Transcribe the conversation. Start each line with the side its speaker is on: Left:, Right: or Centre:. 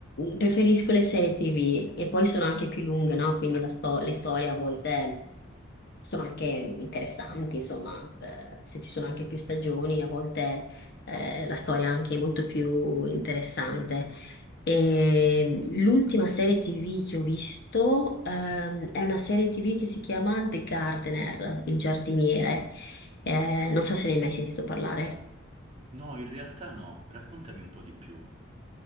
Left: Preferisco le serie TV e poi sono anche più lunghe, no? Quindi la sto- le storie a volte sono anche interessanti, insomma, eh, se ci sono anche più stagioni, a volte eh, la storia anche è molto più interessante. E l'ultima serie TV che ho visto ehm, è una serie TV che si chiama The Gardener, il giardiniere. Eh, non so se ne hai mai sentito parlare.
Right: No, in realtà no. Raccontami un po' di più.